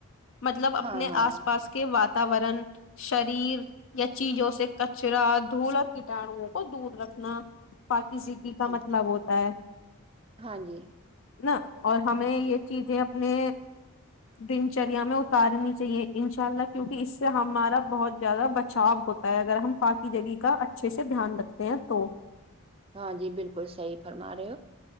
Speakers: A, on the left; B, on the right.
A: مطلب اپنے
B: ہاں ہاں
A: آس پاس کے و واتاورن شریر یا چیزوں سے ک چرا دھول کٹاانو وہ دور رکھنا پاکی سکی کا
B: ہاں
A: مطلب ہوتا ہے
B: ہاں جی
A: نا اور ہمیں یہ چیزیں اپنے دن چریا میں اتارنی چاہیے انشاء اللہ کیونکہ اس سے ہمارا بہت زیادہ بچاؤ ہوتا ہے اگر ہم پاکی جگی کا اچھے سے دھیان رکھ تو
B: ہاں جی بالکل صحی فرما رہے ہو